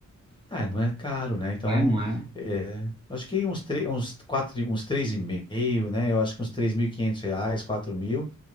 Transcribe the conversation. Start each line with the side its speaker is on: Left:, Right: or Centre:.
Left: Ah, não é caro, né? Então,
Right: É, não é?
Left: é, acho que uns, tre- uns, quatro, uns três e meio, né? Eu acho que uns 3.500 reais, quatro mil,